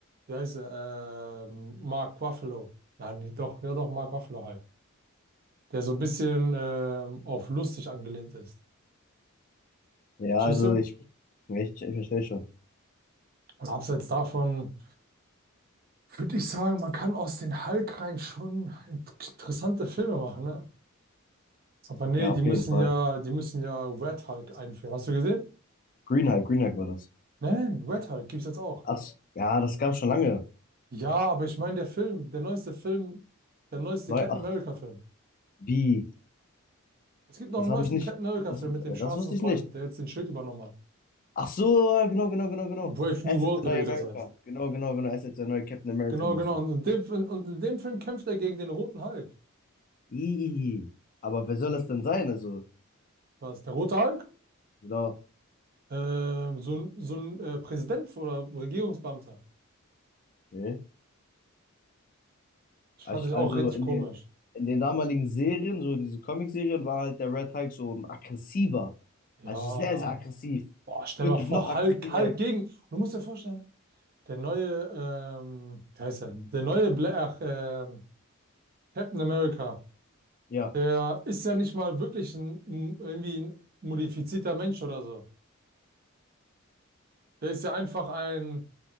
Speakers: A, on the right; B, on the left.
A: wie heißt er, ähm, Mark Ruffalo. Nein, nicht, doch, ja doch, Mark Ruffalo Hulk. Der so ein bisschen ähm, auf lustig angelehnt ist.
B: Ja,
A: Verstehst
B: also
A: du?
B: ich, ich, ich verstehe schon.
A: Und abseits davon. Würde ich sagen, man kann aus den hulk rein schon interessante Filme machen, ne? Aber nee,
B: Ja,
A: die
B: auf
A: müssen
B: jeden Fall.
A: ja, die müssen ja Red Hulk einführen. Hast du gesehen?
B: Green Hike, Green Hike war das.
A: Nein, nein, Red Hulk gibt's jetzt auch.
B: Ach, s- ja, das gab's schon lange.
A: Ja, aber ich meine, der Film, der neueste Film, der neueste
B: Neu,
A: Captain
B: ach,
A: America-Film.
B: wie?
A: Es gibt noch
B: Das
A: einen
B: habe
A: neuesten
B: ich nicht.
A: Captain America-Film
B: Das, äh,
A: mit dem schwarzen
B: das wusste ich
A: Freund,
B: nicht.
A: der jetzt den Schild übernommen hat.
B: Ach so, genau, genau, genau, genau.
A: Brave
B: Er
A: New
B: ist
A: World
B: jetzt der neue
A: oder wie
B: America.
A: das heißt.
B: Genau, genau, genau. Er ist jetzt der neue Captain America
A: Genau,
B: mäßig.
A: genau. Und in dem, und in dem Film kämpft er gegen den roten Hulk.
B: Ih, aber wer soll das denn sein? Also,
A: Was? Der rote Hulk?
B: genau.
A: Ähm, so ein, so ein äh, Präsident oder Regierungsbeamter.
B: Nee.
A: Das
B: Ah,
A: fand
B: Ich,
A: ich auch
B: also
A: richtig
B: in
A: komisch.
B: den, in den damaligen Serien, so diese Comic-Serien, war halt der Red Hulk so ein aggressiver.
A: Ja,
B: Also sehr, sehr aggressiv.
A: boah, stell
B: Wirklich
A: mal vor,
B: noch aggressiver
A: Hulk, Hulk
B: als.
A: gegen. Und du musst dir vorstellen, der neue, ähm, wie heißt er? Der neue Bla ach, ähm, Captain America,
B: Ja,
A: der ist ja nicht mal wirklich ein, ein- irgendwie ein modifizierter Mensch oder so. Der ist ja einfach ein